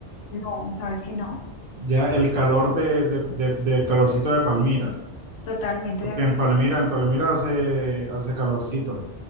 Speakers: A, on the left; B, on the right.
A: no, sabes que no,
B: Ya el calor de, de, de, de calorcito de Palmira,
A: totalmente
B: porque
A: de acuerdo.
B: en Palmira, en Palmira hace, hace calorcito.